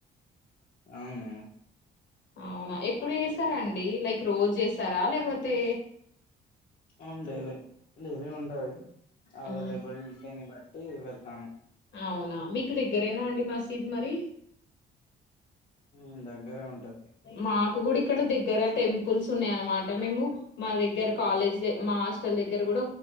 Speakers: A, on the left; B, on the left.
A: అవును
B: అవునా ఎప్పుడు చేసారా అండి లైక్ రోజు చేసారా లేకపోతే
A: ఆ డైలీ డైలీ ఉంటది అవైలబిలిటీని
B: మ్మ్
A: బట్టి వెతాను
B: అవునా మీకు దగ్గరేనా అండి మసీదు మరి
A: మ్మ్ దగ్గరే ఉంటది
B: మా కూడా ఇక్కడ దగ్గర టెంపుల్స్ ఉన్నాయ అనమాట మేము మా దగ్గర కాలేజ్ మా హాస్టల్ దగ్గర కూడా